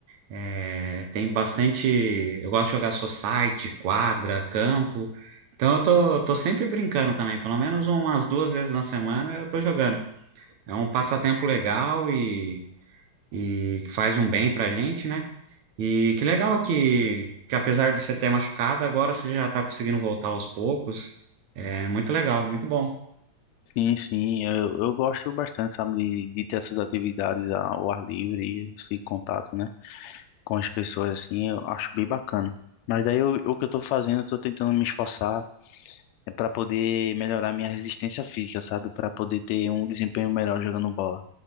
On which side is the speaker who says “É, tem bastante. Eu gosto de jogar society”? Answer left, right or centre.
Right